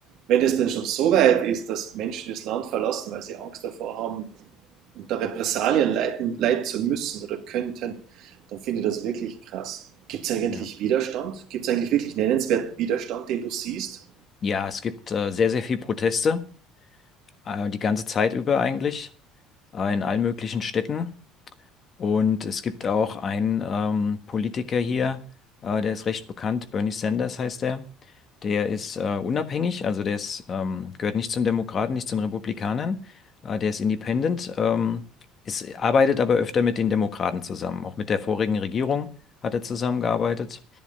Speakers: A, on the right; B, on the left.
A: wenn es dann schon so weit ist, dass Menschen das Land verlassen, weil sie Angst davor haben, unter Repressalien leiden, leiden zu müssen oder könnten, dann finde ich das wirklich krass. Gibt es eigentlich
B: Ja,
A: Widerstand? Gibt es eigentlich wirklich nennenswerten Widerstand, den du siehst?
B: ja, es gibt äh, sehr, sehr viel Proteste, äh, die ganze Zeit über eigentlich, äh, in allen möglichen Städten. Und es gibt auch einen ähm, Politiker hier, äh, der ist recht bekannt, Bernie Sanders heißt er. Der ist äh, unabhängig, also der ist, ähm, gehört nicht zu den Demokraten, nicht zu den Republikanern. Äh, der ist independent, ähm, ist, arbeitet aber öfter mit den Demokraten zusammen. Auch mit der vorigen Regierung hat er zusammengearbeitet.